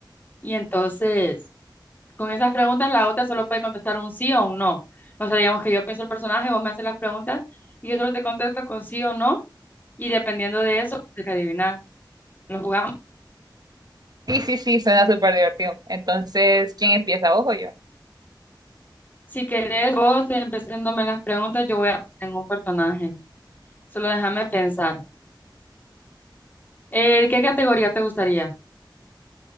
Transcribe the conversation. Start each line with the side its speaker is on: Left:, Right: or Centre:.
Left: y entonces con esas preguntas la otra solo puede contestar un sí o un no. O sea, digamos que yo pienso el personaje, vos me haces las preguntas y yo solo te contesto con sí o no. y dependiendo de eso, usted tiene que adivinar. Lo jugamos.
Right: Sí, sí, sí, suena súper divertido. Entonces, ¿quién empieza? ¿Vos o yo?
Left: Si querés, vos empezándome las preguntas, yo voy a pensar en un personaje. Solo déjame pensar. Eh, ¿qué categoría te gustaría?